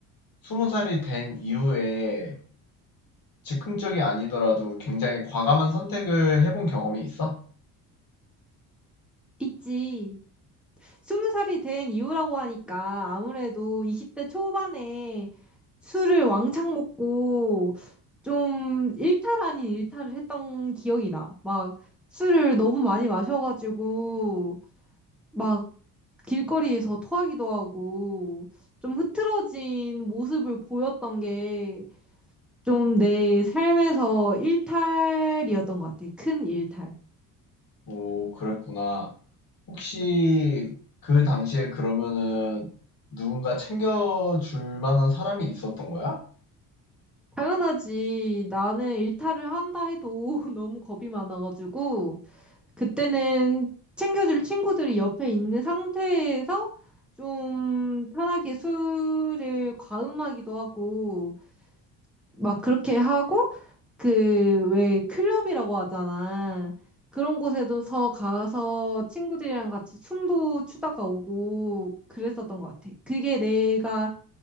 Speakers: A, on the left; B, in the centre.
A: 스무 살이 된 이후에 즉흥적이 아니더라도 굉장히 과감한 선택을 해본 경험이 있어?
B: 있지. 스무 살이 된 이후라고 하니까 아무래도 20대 초반에 술을 왕창 먹고 좀 일탈 아닌 일탈을 했던 기억이 나. 막 술을 너무 많이 마셔가지고 막 길거리에서 토하기도 하고 좀 흐트러진 모습을 보였던 게 좀 내 삶에서 일탈이었던 것 같아. 큰 일탈.
A: 오, 그랬구나. 혹시 그 당시에 그러면은 누군가 챙겨줄 만한 사람이 있었던 거야?
B: 당연하지. 나는 일탈을 한다 해도 <laughs> 너무 겁이 많아가지고 그때는 챙겨줄 친구들이 옆에 있는 상태에서 좀 편하게 술을 과음하기도 하고 막 그렇게 하고 그, 왜, 클럽이라고 하잖아. 그런 곳에서 가서 친구들이랑 같이 춤도 추다가 오고 그랬었던 것 같아. 그게 내가